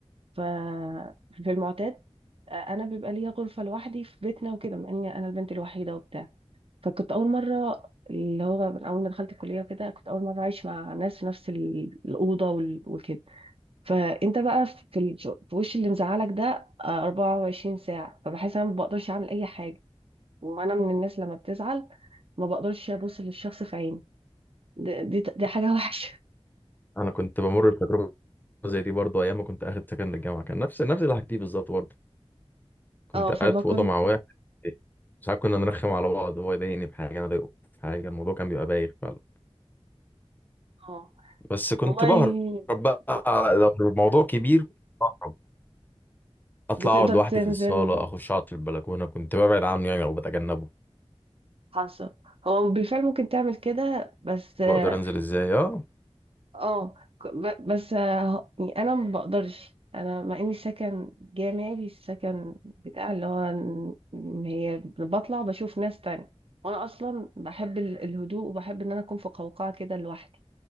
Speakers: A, on the right; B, on the left.
A: ففي المعتاد انا بيبقى ليا غرفه لوحدي في بيتنا وكده مع اني انا البنت الوحيده وبتاع فكنت اول مره اللي هو من اول ما دخلت الكليه وكده كنت اول مره عايش مع ناس في نفس ال- الاوضه وال- وكده فانت بقى في الج- في وش اللي مزعلك ده آه، 24 ساعه فبحس انا ما بقدرش اعمل اي حاجه وانا من الناس لما بتزعل ما بقدرش ابص للشخص في عينه دي دي, دي حاجه <laughs> وحشه
B: انا كنت بمر بتجربه زي دي برضه ايام ما كنت اخد سكن للجامعه كان نفس نفس اللي حكيتيه بالظبط برضه كنت
A: اه فبكنت
B: قاعد في اوضه مع واحد ساعات كنا نرخم على بعض هو يضايقني بحاجه انا اضايقه بحاجه الموضوع كان بيبقى بايخ فعلا
A: اه
B: بس كنت
A: والله
B: بهرب بقى
A: ك-
B: لو الموضوع كبير بهرب اطلع
A: بتقدر
B: اقعد لوحدي
A: تنزل
B: في الصاله اخش اقعد في البلكونه كنت ببعد عنه يعني او بتجنبه
A: حصل هو بالفعل ممكن تعمل كده بس اه
B: بقدر انزل ازاي اه
A: آه، ك- ب- بس آه، يعني انا ما بقدرش انا مع اني سكن جامعي السكن بتاع اللي هو إن- إن هي بطلع بشوف ناس تانية وانا اصلا بحب ال- الهدوء وبحب ان انا اكون في قوقعة كده لوحدي